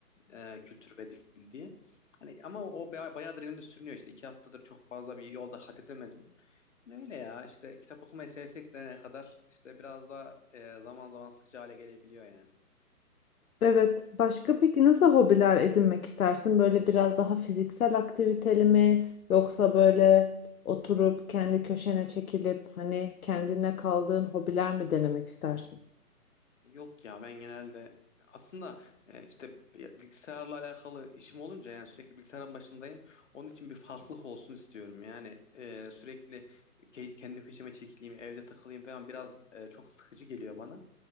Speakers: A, on the left (about 50°); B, on the left (about 65°).
A: e, kültür ve dil diye. Hani ama o, o baya- bayağıdır elimde sürünüyor işte. iki haftadır çok fazla bir yolda kat edemedim. Hani öyle ya işte kitap okumayı sevsek de ne kadar işte biraz da e, zaman zaman sıkıcı hale gelebiliyor yani.
B: Evet. Başka peki nasıl hobiler edinmek istersin? Böyle biraz daha fiziksel aktiviteli mi? Yoksa böyle oturup kendi köşene çekilip hani kendine kaldığın hobiler mi denemek istersin?
A: Yok ya ben genelde aslında e, işte bilgisayarla alakalı işim olunca yani sürekli bilgisayarın başındayım. Onun için bir farklılık olsun istiyorum. Yani e, sürekli ke- kendi köşeme çekileyim, evde takılayım falan biraz e, çok sıkıcı geliyor bana.